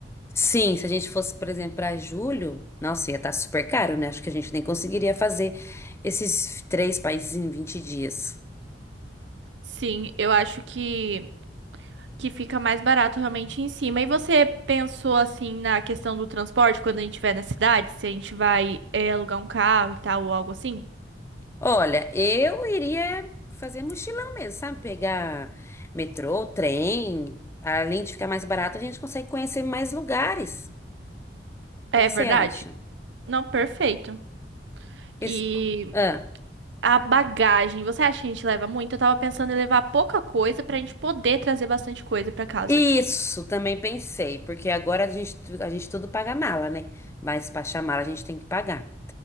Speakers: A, on the left; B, on the right.
A: Sim, se a gente fosse, por exemplo, para julho, nossa, ia estar super caro, né? Acho que a gente nem conseguiria fazer esses três países em vinte dias.
B: Sim, eu acho que que fica mais barato realmente em cima. E você pensou assim na questão do transporte quando a gente estiver na cidade, se a gente vai é, alugar um carro e tal ou algo assim?
A: Olha, eu iria fazer mochilão mesmo, sabe? Pegar metrô, trem. Além de ficar mais barato, a gente consegue conhecer mais lugares. O
B: É
A: que que
B: verdade?
A: você acha?
B: Não, perfeito.
A: Esse-
B: E
A: Ah,
B: A bagagem, você acha que a gente leva muito? Eu tava pensando em levar pouca coisa pra gente poder trazer bastante coisa pra casa.
A: isso, também pensei, porque agora a gente, a gente tudo paga mala, né? Mas para chamar a gente tem que pagar.